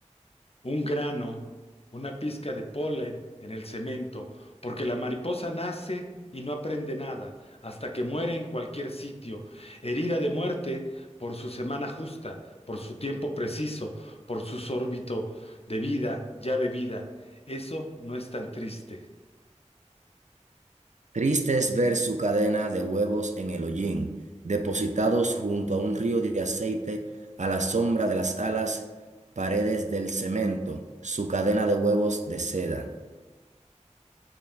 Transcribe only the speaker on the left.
un grano, una pizca de polen en el cemento, porque la mariposa nace y no aprende nada, hasta que muere en cualquier sitio, herida de muerte por su semana justa, por su tiempo preciso, por su órbito de vida ya bebida. Eso no es tan triste.